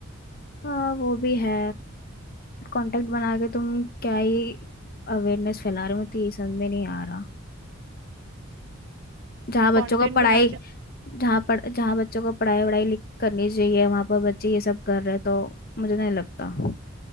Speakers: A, on the left; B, on the right.
A: हाँ वो भी है कांटेक्ट बना के तुम क्या ही अवेयरनेस फैला रहे हो मैं तो यही समझ में नहीं आ रहा जहाँ बच्चों
B: कंटेंट
A: का पढ़ाई
B: बना के
A: जहाँ पढ़ जहाँ बच्चों का पढ़ाई वढ़ाई लिख करनी चाहिए वहाँ पर बच्चे ये सब कर रहे हैं तो मुझे नहीं लगता